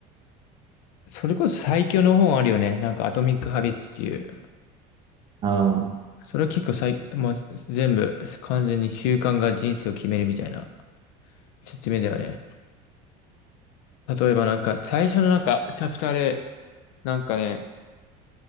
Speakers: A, on the left; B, on the right.
A: それこそ最強の本あるよね。なんか、アトミック・ハビッツっていう。
B: ああ、うん
A: それは結構最、もう全部、完全に習慣が人生を決めるみたいな説明だよね。例えばなんか、最初のなんか、チャプターで、なんかね、